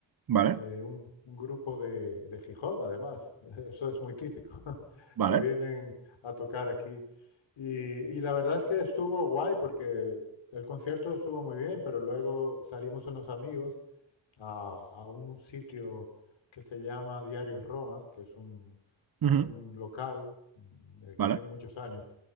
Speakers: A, on the right (about 50°); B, on the left (about 80°).
A: Vale,
B: de un, un grupo de, de Gijón, además, <laughs> eso es muy típico, <laughs>
A: vale,
B: que vienen a tocar aquí. Y, y la verdad es que estuvo guay porque el concierto estuvo muy bien, pero luego salimos unos amigos a, a un sitio que se llama Diarios Roma, que es un,
A: ujú,
B: es un local mm, eh, que
A: vale.
B: tiene muchos años,